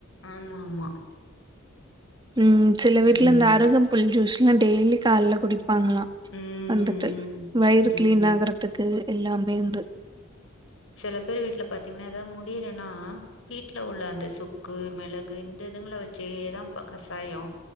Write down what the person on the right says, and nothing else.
உம் சில வீட்டு்ல
இந்த அருகம்புல் ஜூஸ்ல்லா டெய்லி காலேல குடி ப்பாங்களா
வந்துட்டு வயிறு
கிளீன் ஆகுறதுக்கு எல்லாமே வந்து